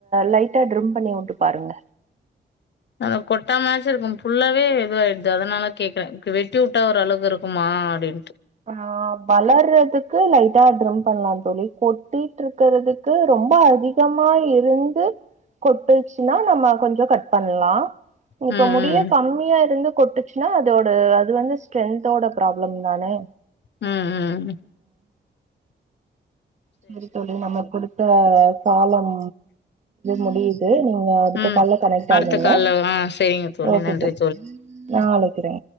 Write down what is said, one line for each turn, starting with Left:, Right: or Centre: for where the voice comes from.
Right: லைட்டா டிரிம் பண்ணி விட்டு பாருங்க
Left: அதுவ் கொட்டாமாச்சு இருக்கு புல்லாவே இதுவாயிடுது அதனால கேக்குறே வெட்டி விட்டா ஒரு அளவுக்கு இருக்குமா அடின்ட்டு
Right: ஆ வளர்றதுக்கு லைட்டா டிரிம் பண்லா தோழி கொட்டிட்ருக்கற்துக்கு ரொம்ப அதிகமா இருந்து கொட்டுச்சுன்னா நம்ம கொஞ்சோ கட் பண்லா
Left: ம்
Right: இப்ப முடியே கம்மியா இருந்து கொட்டுச்சுன்னா அதோட அது வந்து ஸ்ட்ரென்த்தோட ப்ராப்ளம் தான
Left: ம் ம் ம்
Right: செரி தோழி நம்மக் குடுத்த காலம் முடிய் து நீங்க அடுத்த
Left: ம்
Right: கால்ல கனெக்ட்
Left: அடுத்த
Right: ஆகுங்க
Left: கால்ல ஆ செரிங்க
Right: ஓகே
Left: நன்றி
Right: தோழி நாளை கிறே